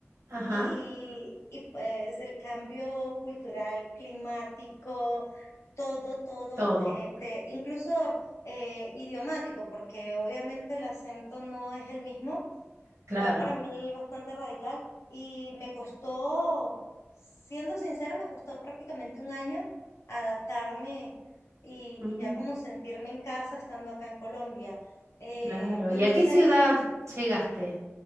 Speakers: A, on the right; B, on the left.
A: Ajá,
B: y, y pues el cambio cultural, climático todo, todo,
A: todo,
B: este, incluso eh, idiomático, porque obviamente el acento no es el mismo,
A: claro.
B: fue para mí bastante radical y me costó, siendo sincera, me costó prácticamente un año adaptarme y,
A: Mm,
B: y ya como sentirme en casa estando acá en Colombia. Eh,
A: claro.
B: pues
A: ¿Y
B: no
A: a qué
B: sé,
A: ciudad llegaste?